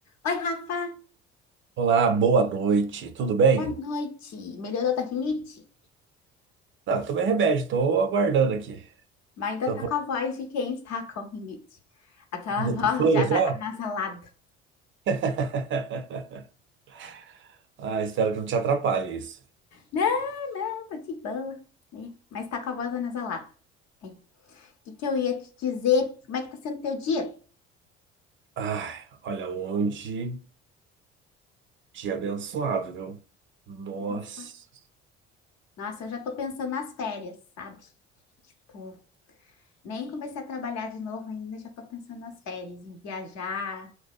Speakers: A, on the left; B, on the right.
A: Oi, Rafa,
B: Olá, boa noite. Tudo bem?
A: boa noite. Melhorou da rinite?
B: Tá, tomei remédio, tô aguardando aqui.
A: Mas ainda
B: Tô
A: tá
B: vou-
A: com a voz de quem está com rinite. Aquela
B: me
A: <laughs> voz
B: tu
A: já na-
B: já?
A: anasalada.
B: <laughs> Ah, espero que não te atrapalhe isso.
A: Não, não, tô de boa, né? Mas tá com a voz anasalada. É. O que que eu ia te dizer? Como é que tá sendo teu dia?
B: Ai, olha, hoje, dia abençoado, viu? Nossa,
A: Eu penso, "Ah, Nossa, eu já tô pensando nas férias, sabe? Tipo, nem comecei a trabalhar de novo ainda, já tô pensando nas férias, em viajar,